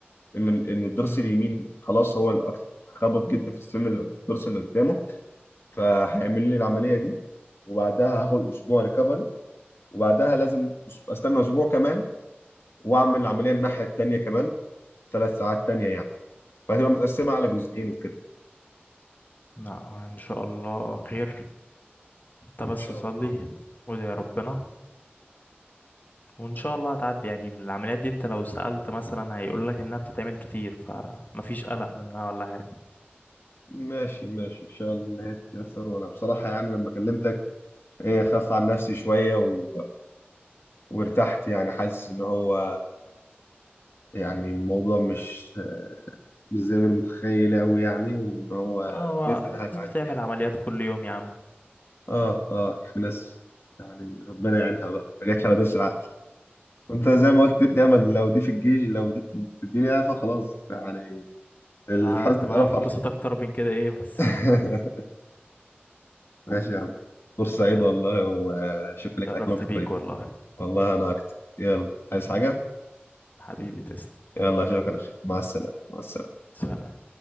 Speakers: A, on the left; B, on the left.
A: إن إن الضرس
B: امم
A: اليمين خلاص هو الأكثر خبط جدا في السن اللي في الضرس اللي قدامه فهيعمل لي العملية دي وبعدها هاخد أسبوع ريكفري وبعدها لازم أس- استنى اسبوع كمان واعمل العمليه الناحيه التانيه كمان ثلاث ساعات تانيه يعني فهتبقى متقسمه على جزئين وكده
B: لا هو ان شاء الله خير انت بس
A: ان شاء
B: صلي
A: الله
B: وادعي يا ربنا وان شاء الله هتعدي يعني العمليات دي انت لو سألت مثلا هيقول لك انها بتتعمل كتير فمفيش قلق منها ولا حاجة
A: ماشي ماشي ان شاء الله إن هي تتيسر وانا بصراحه يعني لما كلمتك ايه خف عن نفسي شويه و... وارتحت يعني حاسس ان هو يعني الموضوع مش مش زي ما انا متخيل قوي يعني وان هو
B: هو
A: باذن الله
B: الناس
A: هتعدي
B: بتعمل
A: يعني
B: عمليات كل يوم يا عم
A: اه اه في ناس يعني ربنا يعينها بقى ما جاتش على دوس العقل وانت زي ما قلت دي امل لو دي في الجيش لو دي في الدنيا فخلاص يعني الحزن
B: آه، انت ما
A: اتقلب
B: هتتبسط
A: فرحه
B: اكتر من كده ايه بس
A: <laughs> ماشي يا عم فرصة سعيدة
B: <laughs> يلا
A: والله وشكرا لك
B: شرفت
A: على كلامك الطيب
B: بيك والله
A: والله أنا أكتر يلا عايز حاجة؟
B: حبيبي تسلم
A: يلا أشوفك على خير مع السلامة مع السلامة
B: سلام